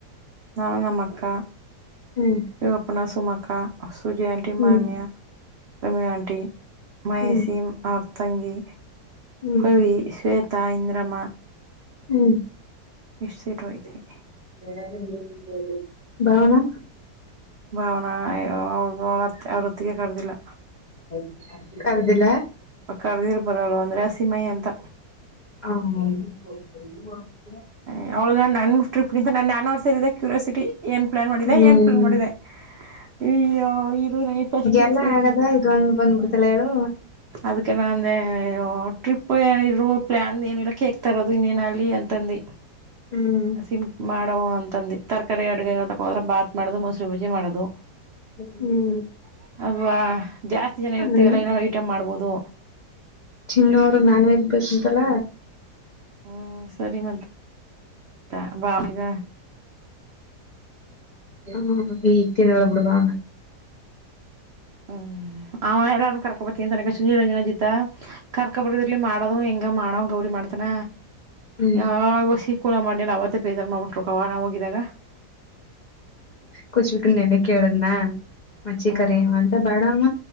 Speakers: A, on the right (about 80°); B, on the left (about 80°).
A: ನಾನು ನಮ್ಮಕ್ಕ.
B: ಹ್ಮ್
A: ಶಿವಪ್ಪನ ಸುಮಕ್ಕ್ ಕಾ ಆಸ್ ಸುಜಯಾನ್ಟಿ
B: ಹ್ಮ್
A: ಮಾನ್ಯ. ಪ್ರಮಿ ಆಂಟಿ. ಮೈಸೀಮ್
B: ಹ್ಮ್
A: ಆಪ್ ತಂಗಿ.
B: ಹ್ಮ್
A: ಪವಿ ಶ್ವೇತಾ ಇಂದ್ರಮ್ಮ.
B: ಹ್ಮ್.
A: ಎಷ್ಟ್ ಸೀಟ್ ಹೋಯ್ತೀವಿ.
B: <unintelligible> ಬಾವನಾ.
A: ಭಾವನಾ ಎಗ್ ಅವ್ರ್ ಅವ್ರ್ತ್ ಅವರೊತ್ತಿಗೆ ಕರ್ದಿಲ್ಲ.
B: <unintelligible> ಕರ್ದಿಲ್ಲ
A: ಕಡದಿರ್ ಬರಲ್ವ ಒಂದ್ರೆ ಹಸಿಮಯಿ ಅಂತ.
B: ಹ್ಮ್. <unintelligible>
A: ಏ ಅವಳ್ಗ ನನ್ ಟ್ರಿಪ್ಗಿಂತ ನನ್ ಆನಿವರ್ಸಿದೆ ಕ್ಯೂರಿಯಾಸಿಟಿ ಏನ್ ಪ್ಲಾನ್ ಮಾಡಿದೆ
B: ಹ್ಮ್
A: ಏನ್ ಫ್ಲಾನ್ ಮಾಡಿದೆ. ಇ ಯೋ ಇರು ನಾಯಿಫ್ ಫಸ್ಟ್ ಟ್ರಿಪ್
B: ಎಲ್ಲ
A: ಹೋಯ್ತಿನಿ
B: ಆಗದ ಇದೊಂದು ಬಂದ್ಬಿಡ್ತಲ್ಲ ಹೇಳು
A: ಅದ್ಕೆ ನ ಅಂದೆ ಏ ಓ ಟ್ರಿಪ್ ಏನಿದ್ರು ಪ್ಲ್ಯಾನ್ದ್ ಏನು ಇಲ್ಲ ಕೇಕ್ತರೋದು ಇನ್ನೇನಲ್ಲಿ ಅಂತಂದಿ.
B: ಹ್ಮ್
A: ಸಿಂಪ್ ಮಾಡವ್ವ ಅಂತ್ ತಂದಿ ತರ್ಕಾರಿಕ ಬೇಗ ಏಗರ್ತಕೋ ಬಂದ್ರ್ ಬಾತ್ ಮಾಡೋದು ಮೊಸರು ಬಜ್ಜಿ ಮಾಡೋದು. <unintelligible>
B: ಹ್ಮ್
A: ಅವಾ ಜಾಸ್ತಿ ಜನ
B: ಅದೇ
A: ಇರ್ತಿವಲ್ಲ ಏನಾದ್ರು ಐಟಮ್ ಮಾಡ್ಬೋದು.
B: ಚಿನ್ನೋರ್ಗ್ ನಾನ್ ವೆಜ್ ಬೆಸಂತಲ್ಲ.
A: ಹ್ಮ ಸರಿ ಮಂತ್. ತ್ತ ಬಾಮಜ.
B: ಹ ಎ ಏನಿಲ್ಲ ಬಿಡು ಗನ
A: ಹ್ಮ್ ಅವ ಎಲ್ಲ ಕರ್ಕ ಬರ್ತ ತನಕ ಸುನೀರಂಜನ ಜಿತ ಕರ್ಕ ಬರ್ದರ್ಲಿ ಮಾಡೋದು ಹೆಂಗ ಮಾಡವ ಗೌರಿ ಮಾಡ್ತಾನ
B: ಹ್ಮ್
A: ಯಾವ ವಸಿ ಕುಲ ಮಾಡಲೇ ಅವತ್ತೆ ಬೇಜಾರ್ ಮಾಡಟ್ರು ಕ ಅವ ನಾ ಹೋಗಿದಾಗ
B: ಕೊಚಕ್ಕ ನಿನ್ನೆ ಕೇಳದ್ನಾ ಮಚ್ಚಿಕರ
A: ಹ್ಮ್
B: ಅಂತ ಬಡವ